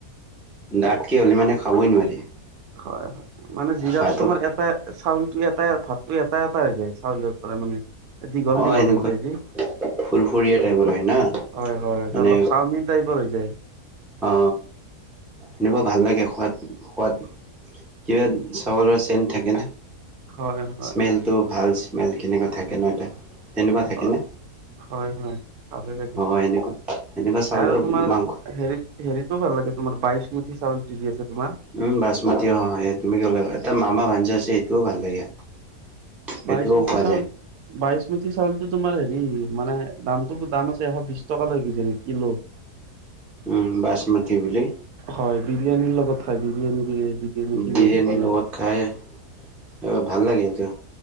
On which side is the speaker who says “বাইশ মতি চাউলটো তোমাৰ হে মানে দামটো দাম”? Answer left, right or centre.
Right